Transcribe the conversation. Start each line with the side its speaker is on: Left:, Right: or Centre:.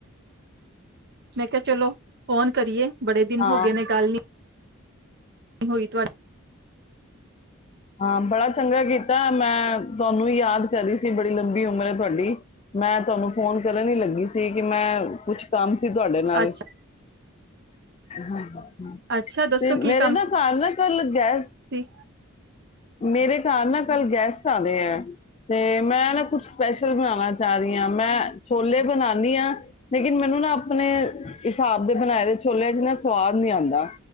Right: ਮੈਂ ਕਿਹਾ ਚਲੋ ਫੋਨ ਕਰੀਏ ਬੜੇ ਦਿਨ
Left: ਹਾਂ
Right: ਹੋ ਗਏ ਨੇ ਗੱਲ ਨੀ ਹੋਈ ਤੁਹਾਡੀ
Left: ਹਾਂ ਬੜਾ ਚੰਗਾ ਕੀਤਾ ਮੈਂ ਤੁਹਾਨੂੰ ਯਾਦ ਕਰ ਰਹੀ ਸੀ ਬੜੀ ਲੰਬੀ ਉਮਰ ਹੈ ਤੁਹਾਡੀ ਮੈਂ ਤੁਹਾਨੂੰ ਫੋਨ ਕਰਨ ਹੀ ਲੱਗੀ ਸੀ ਕਿ ਮੈਂ ਕੁਛ ਸ਼ਾਮ ਸੀ ਤੁਹਾਡੇ ਨਾਲ
Right: ਅੱਛਾ
Left: ਹਾਂ ਹਾਂ
Right: ਅੱਛਾ ਦੱਸੋ
Left: ਤੇ ਮੇਰੇ
Right: ਕੀ ਕੰਮ
Left: ਨਾ ਘਰ ਨਾ ਕੱਲ ਗੈਸ
Right: ਸੀ
Left: ਮੇਰੇ ਘਰ ਨਾ ਕੱਲ ਗੈਸਟ ਆਉਂਦੇ ਹੈ, ਤੇ ਮੈਂ ਨਾ ਕੁਛ ਸਪੈਸ਼ਲ ਬਣਾਉਣਾ ਚਾਹ ਰਹੀ ਹਾਂ ਮੈਂ ਛੋਲੇ ਬਣਾਉਂਦੀ ਹਾਂ ਲੇਕਿਨ ਮੈਨੂੰ ਨਾ ਆਪਣੇ ਹਿਸਾਬ ਦੇ ਬਣਾਏ ਦੇ ਛੋਲਿਆਂ ਚਨਾ ਸਵਾਦ ਨਹੀਂ ਆਉਂਦਾ